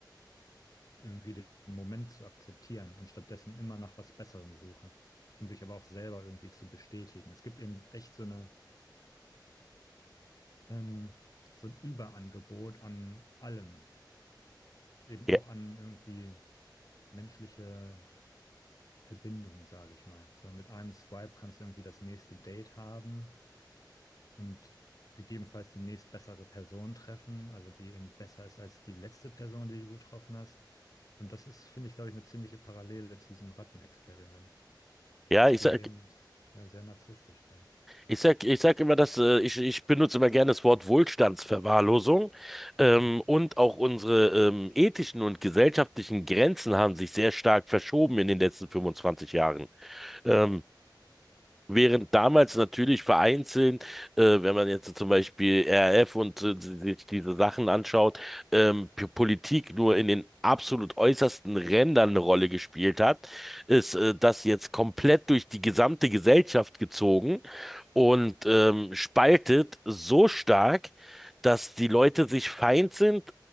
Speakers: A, on the left; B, in the centre.
A: irgendwie den Moment zu akzeptieren und stattdessen immer nach was Besserem suchen, um sich aber auch selber irgendwie zu bestätigen. Es gibt eben echt so eine ähm, so ein Überangebot an allem, eben
B: Ja,
A: auch an irgendwie menschliche Verbindung, sage ich mal. So mit einem Swipe kannst du irgendwie das nächste Date haben und gegebenenfalls die nächstbessere Person treffen, also die eben besser ist als die letzte Person, die du getroffen hast. Und das ist, finde ich, glaube ich, eine ziemliche Parallele zu diesem Rattenexperiment,
B: ja,
A: dass
B: ich
A: wir
B: sag,
A: eben ja, sehr narzisstisch sind.
B: Ich sag, ich sag immer, dass äh, ich, ich benutze immer gerne das Wort Wohlstandsverwahrlosung. Ähm,
A: Mhm.
B: und auch unsere ähm, ethischen und gesellschaftlichen Grenzen haben sich sehr stark verschoben in den letzten 25 Jahren. Ähm, Während damals natürlich vereinzelt, äh, wenn man jetzt zum Beispiel RAF und äh, si, sich diese Sachen anschaut, ähm, P- Politik nur in den absolut äußersten Rändern eine Rolle gespielt hat, ist äh, das jetzt komplett durch die gesamte Gesellschaft gezogen und ähm, spaltet so stark, dass die Leute sich feind sind,